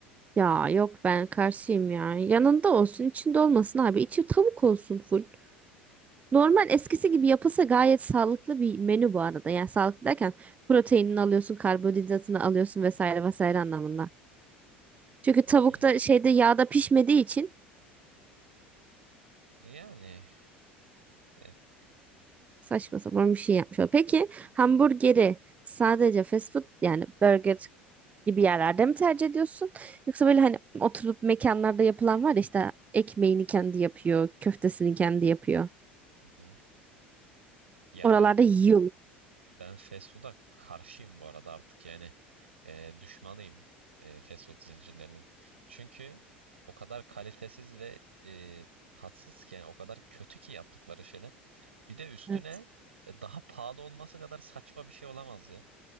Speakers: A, on the right; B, on the right.
A: Ya yok ben karşıyım ya. Yanında olsun, içinde olmasın abi. İçi tavuk olsun full. Normal eskisi gibi yapılsa gayet sağlıklı bir menü bu arada. Yani sağlıklı derken proteinini alıyorsun, karbonhidratını alıyorsun vesaire vesaire anlamında. Çünkü tavuk
B: E,
A: da şeyde yağda pişmediği için
B: yani evet.
A: saçma sapan bir şey yapmış. oluyor. Peki hamburgeri sadece fast food yani burger gibi yerlerde mi tercih ediyorsun? Yoksa böyle hani oturup mekanlarda yapılan var ya işte ekmeğini kendi yapıyor, köftesini kendi yapıyor.
B: Hı hı. Ya
A: Oralarda
B: ben
A: yiyor mu?
B: Ben fast food'a karşıyım bu arada artık yani e, düşmanıyım e, fast food zincirlerinin. Çünkü o kadar kalitesiz ve e, tatsız ki yani o kadar kötü ki yaptıkları şeyler. Bir de üstüne
A: Evet.
B: e, daha pahalı olması kadar saçma bir şey olamaz ya.